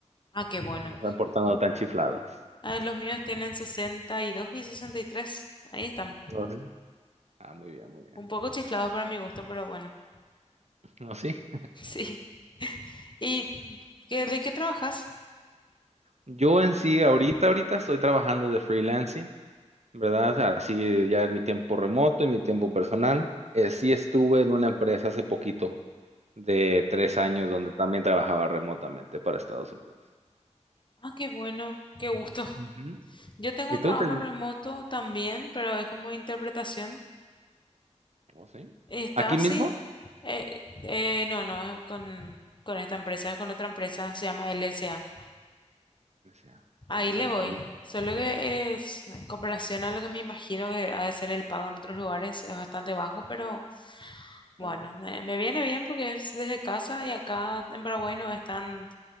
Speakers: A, on the left; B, on the right.
A: Ah, qué bueno.
B: No están portando tan chiflados.
A: Ah, los míos tienen sesenta y dos y y sesenta y tres Ahí están.
B: Oh, sí. Ah, muy bien, muy bien.
A: Un poco chiflados para mi gusto, pero bueno. <laughs>
B: No, sí.
A: Sí. ¿Y qué- de qué trabajas?
B: Yo en sí, ahorita, ahorita estoy trabajando de freelancing. ¿verdad? O sea, Así ya en mi tiempo remoto y mi tiempo personal. Eh, sí estuve en una empresa hace poquito de tres años donde también trabajaba remotamente para Estados Unidos.
A: Ah, qué bueno, qué gusto.
B: Ujú.
A: Yo tengo
B: ¿Y
A: un
B: tú
A: trabajo
B: te...
A: remoto también, pero es como interpretación.
B: ¿Oh, sí?
A: Está
B: ¿Aquí
A: así.
B: mismo?
A: Eh, eh, no, no, es con, con esta empresa, es con otra empresa, se llama LSA.
B: Decía,
A: Ahí
B: "Oh,
A: le voy.
B: ok,
A: Solo que es, en comparación a lo que me imagino que ha de ser el pago en otros lugares, es bastante bajo, pero bueno,
B: ok,
A: me, me viene bien porque es desde casa y acá en Paraguay no es tan